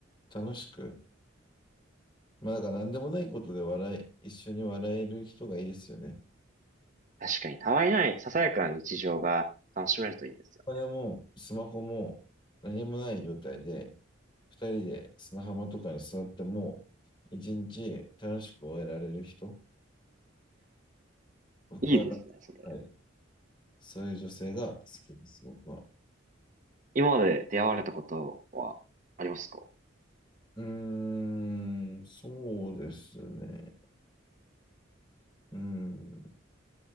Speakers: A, on the left; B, on the right.
A: 楽しく、まあだから何でもないことで笑い、一緒に笑える人がいいですよね。
B: 確かに、たわいない、ささやかな日常が楽しめるといいですよね。
A: まあでもスマホも何もない状態で、二人で砂浜とかに座っても、一日楽しく終えられる人。僕は、
B: いいですね、それ。
A: はい、そういう女性が好きです、僕は。
B: 今まで出会われたことはありますか
A: うーん、そうですね。うん。